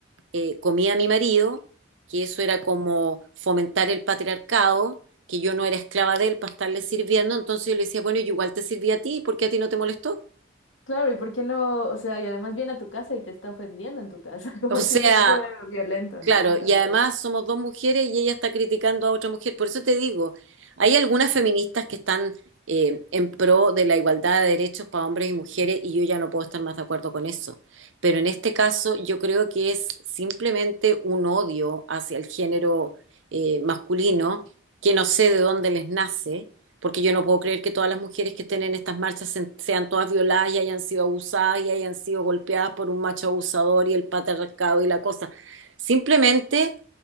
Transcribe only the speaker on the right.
eh, comía a mi marido, que eso era como fomentar el patriarcado, que yo no era esclava de él para estarle sirviendo, entonces yo le decía, bueno, yo igual te sirví a ti, ¿por qué a ti no te molestó?
O sea,
Claro,
y además somos dos mujeres y ella está criticando a otra mujer. Por eso te digo, hay algunas feministas que están eh, en pro de la igualdad de derechos para hombres y mujeres y yo ya no puedo estar más de acuerdo con eso. Pero en este caso yo creo que es simplemente un odio hacia el género eh, masculino que no sé de dónde les nace, porque yo no puedo creer que todas las mujeres que estén en estas marchas se- sean todas violadas y hayan sido abusadas y hayan sido golpeadas por un macho abusador y el patriarcado y la cosa. Simplemente